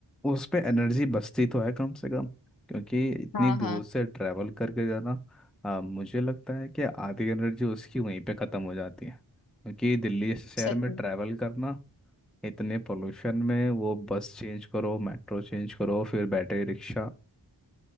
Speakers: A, in the centre; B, on the left.
A: उस पे एनर्जी बचती तो है कम से कम क्योंकि इतनी
B: हाँ
A: दूर
B: हाँ
A: से ट्रैवल करके जाना आ, मुझे लगता है कि आधी एनर्जी उसकी वहीं पे ख़त्म हो जाती है क्योंकि दिल्ली जैसे शहर
B: सच
A: में
B: में
A: ट्रैवल करना इतने पोल्यूशन में वो बस चेंज करो मेट्रो चेंज करो फिर बैटरी रिक्शा